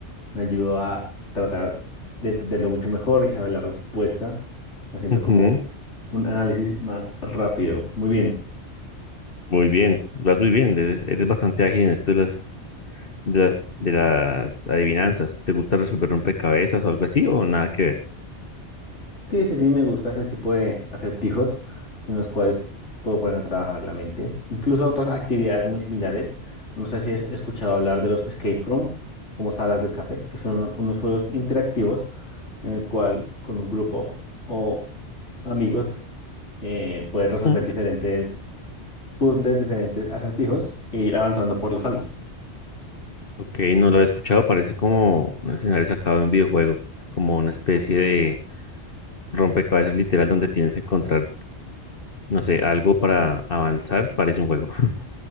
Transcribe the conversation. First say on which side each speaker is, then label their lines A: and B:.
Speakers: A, on the left; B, on the left.
A: me ayudó a tratar de entenderlo mucho mejor y saber la respuesta, haciendo
B: Ujú,
A: como un análisis más rápido. Muy bien.
B: Muy bien, vas muy bien, eres, eres bastante ágil en esto de las, de las, de las adivinanzas. ¿Te gusta resolver rompecabezas o algo así o nada que ver?
A: Sí, sí, sí, me gusta este tipo de acertijos en los cuales puedo poner a trabajar la mente. Incluso otras actividades muy similares. No sé si has escuchado hablar de los escape room, como salas de escape, que son unos juegos interactivos en el cual con un grupo o amigos eh, puedes resolver
B: Mm.
A: diferentes puzzles, diferentes acertijos e ir avanzando por las salas.
B: Ok, no lo he escuchado, parece como un escenario sacado de un videojuego, como una especie de rompecabezas literal donde tienes que encontrar, no sé, algo para avanzar, parece un juego. <laughs>